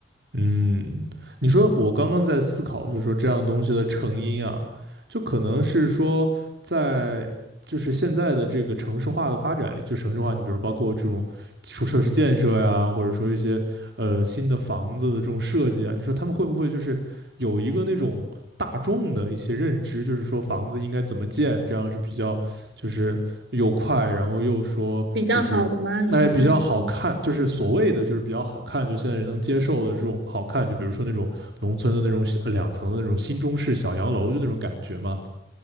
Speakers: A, on the right; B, on the right.
A: 嗯，你说我刚刚在思考，就是说这样东西的成因啊，就可能是说在就是现在的这个城市化的发展里，就城市化，你比如包括这种基础设施建设呀，或者说一些呃新的房子的这种设计啊，你说他们会不会就是有一个那种大众的一些认知，就是说房子应该怎么建，这样是比较就是又快，然后又说就是哎，
B: 比较好的吗？你说的是？
A: 比较好看，就是所谓的就是比较好看，就现在人能接受的这种好看，就比如说那种农村的那种小两层的那种新中式小洋楼，就那种感觉嘛。